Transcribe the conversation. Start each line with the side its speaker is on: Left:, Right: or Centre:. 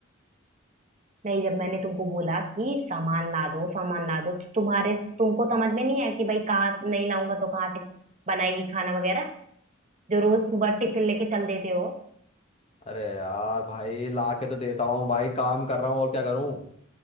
Right: नहीं जब मैंने तुमको बोला कि सामान ला दो सामान ला दो तो तुम्हारे तुमको समझ में नहीं आया कि भाई कहाँ नहीं लाऊंगा तो कहाँ से बनाएगी खाना वगैरह जो रोज सुबह टिफिन लेके चल देते हो
Left: अरे यार भाई ला के तो देता हूँ भाई काम कर रहा हूँ और क्या करूँ